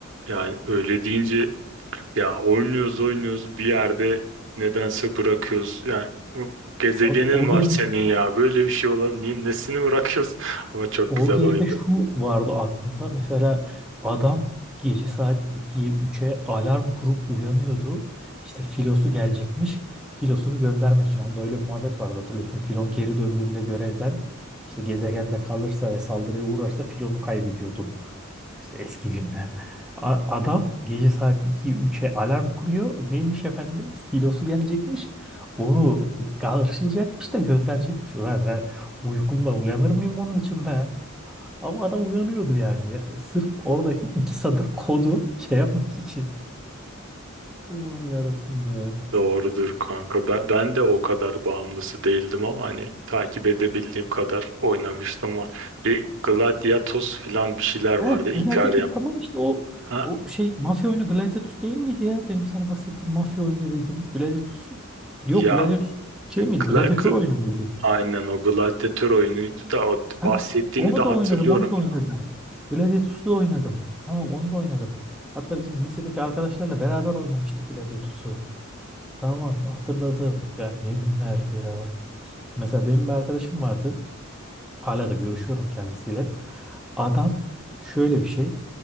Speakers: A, on the right (about 60°); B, in the centre.
A: yani öyle deyince ya oynuyoruz oynuyoruz bir yerde nedense bırakıyoruz yani bu gezegenin
B: O, o game
A: var senin ya böyle bir şey olan niye nesini bırakıyoruz <laughs> ama çok
B: O
A: güzel
B: geride
A: oyundu.
B: şu vardı aklımda. Mesela adam gece saat 2'ye üç'e alarm kurup uyanıyordu. İşte filosu gelecekmiş. Filosunu göndermek için. Onda öyle bir muhabbet vardı hatırlıyorsun. Filon geri döndüğünde görevden işte gezegende kalırsa ve saldırıya uğrarsa filonu kaybediyordun. İşte eski günler. A- adam gece saat 2 üç'e alarm kuruyor. Neymiş efendim? Filosu gelecekmiş. Onu karşılayacakmış da gönderecekmiş. Ulan ben uykumdan uyanır mıyım onun için be? Ama adam uyanıyordu yani. Ya Sırf oradaki iki sadır kodu şey yapmak için. Oh, yarabbim ya.
A: Doğrudur kanka. Ben, ben de o kadar bağımlısı değildim ama hani takip edebildiğim kadar oynamıştım var. Bir Gladiatos filan bir şeyler vardı.
B: Heh,
A: Ikariam.
B: Gladiatus tamam işte o
A: Ha,
B: o şey mafya oyunu Gladiatus değil miydi ya? Benim sana bahsettiğim mafya oyunu dediğim Gladiatus. Yok
A: ya
B: Gladiatus şey miydi?
A: gla,
B: Gladiator
A: gl-
B: oyunu muydu?
A: aynen o gladyatör oyunuydu da o
B: Heh,
A: bahsettiğini
B: onu
A: de hatırlıyorum
B: da oynadım, onu da oynadım.
A: ya.
B: Gladiatus'u da oynadım. Tamam onu da oynadım. Hatta bizim lisedeki arkadaşlarla beraber oynamıştık Gladiatus'u. Tamam hatırladım. Ya ne günlerdi ya. Mesela benim bir arkadaşım vardı. Hala da görüşüyorum kendisiyle. Adam şöyle bir şey.